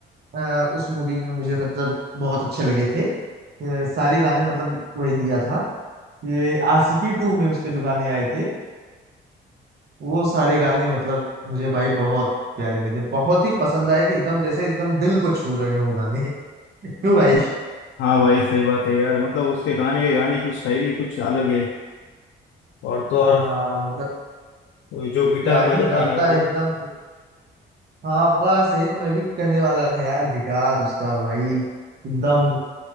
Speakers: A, on the right; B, on the left.
A: अ, उस मूवी में मुझे मतलब बहुत अच्छे लगे थे अ, सारे गाने मतलब वही दिया था ये आशिकी टू में उसके जो गाने आए थे वो सारे गाने मतलब मुझे भाई बहुत प्यारे लगे बहुत ही पसंद आए कि एकदम जैसे एकदम दिल को छू रहे हो गाने <laughs> क्यों भाई
B: हाँ भाई सही बात है यार मतलब उसके गाने गाने की स्टाइल ही कुछ अलग है और तो और
A: हाँ मतलब
B: वो जो गिटार
A: क्या
B: बजाता
A: ही गाता
B: है ना वो
A: है एकदम हाँ बस यही तो मैं भी कहने वाला हूँ यार गिटार उसका भाई एकदम